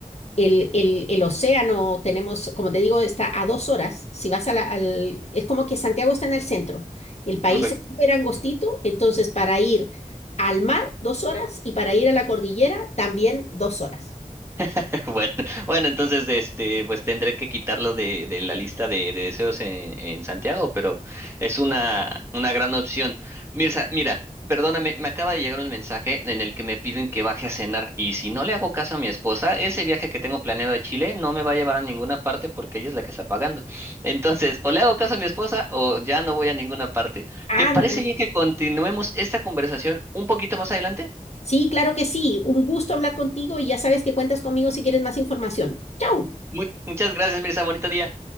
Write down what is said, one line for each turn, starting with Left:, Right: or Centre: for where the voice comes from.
Left: El, el, el océano tenemos, como te digo, está a dos horas. Si vas a la- al, es como que Santiago está en el centro. El país
Right: Ok.
Left: es súper angostito, entonces para ir al mar, dos horas, y para ir a la cordillera, también dos horas.
Right: <laughs> Bueno, bueno, entonces este, pues tendré que quitarlo de, de la lista de, de deseos en, en Santiago, pero es una, una gran opción. Mirza, mira, perdóname, me acaba de llegar un mensaje en el que me piden que baje a cenar y si no le hago caso a mi esposa, ese viaje que tengo planeado a Chile no me va a llevar a ninguna parte porque ella es la que está pagando. Entonces, o le hago caso a mi esposa o ya no voy a ninguna parte.
Left: Anda,
Right: ¿Te parece bien que continuemos esta conversación un poquito más adelante?
Left: sí, claro que sí. Un gusto hablar contigo y ya sabes que cuentas conmigo si quieres más información. ¡Chao!
Right: Mu- muchas gracias, Mirza, bonito día.